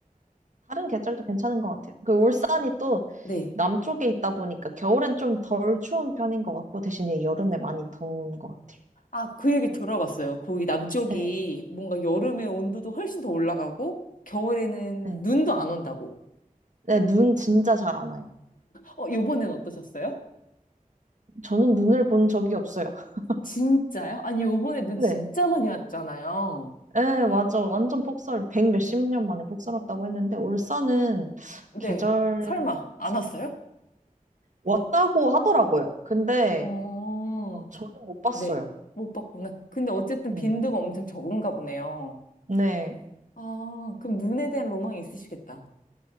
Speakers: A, on the right; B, on the left.
A: 다른 계절도 괜찮은 것 같아요. 그 울산이 또
B: 네.
A: 남쪽에 있다 보니까 겨울엔 좀 덜 추운 편인 것 같고 대신에 여름에 많이 더운 것 같아요.
B: 아, 그 얘기 들어봤어요. 거기 남쪽이
A: 네.
B: 뭔가 여름에 온도도 훨씬 더 올라가고, 겨울에는
A: 네.
B: 눈도 안 온다고.
A: 네, 눈 진짜 잘 안 와요.
B: 어, 요번엔 어떠셨어요?
A: 저는 눈을 본 적이 없어요. <laughs>
B: 진짜요? 아니, 요번에 눈
A: 네.
B: 진짜 많이 왔잖아요.
A: 예, 맞아. 완전 폭설, 백 몇 십 년 만에 폭설 왔다고 했는데, 울산은 계절,
B: 네. 설마, 안
A: 상-
B: 왔어요?
A: 왔다고 하더라고요. 근데
B: 어,
A: 저는 못 봤어요.
B: 네. 못 봤구나. 근데 어쨌든
A: 네.
B: 빈도가 엄청 적은가 보네요.
A: 네.
B: 아, 그럼 눈에 대한 로망이 있으시겠다.